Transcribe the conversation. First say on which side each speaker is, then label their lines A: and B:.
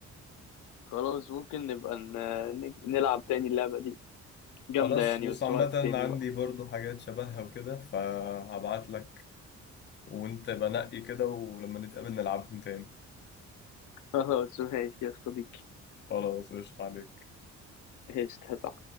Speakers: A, on the left; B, on the left.
A: خلاص ممكن نبقى ن- نلعب تاني اللعبه دي جامده
B: خلاص
A: يعني
B: بص
A: بس
B: عامة
A: وقت تاني
B: عندي
A: بقى
B: برضو حاجات شبهها وكده فهبعت لك وانت بنقي كده ولما نتقابل نلعبهم تاني
A: <laughs> خلاص ماشي يا صديقي
B: خلاص قشطة عليك
A: ايش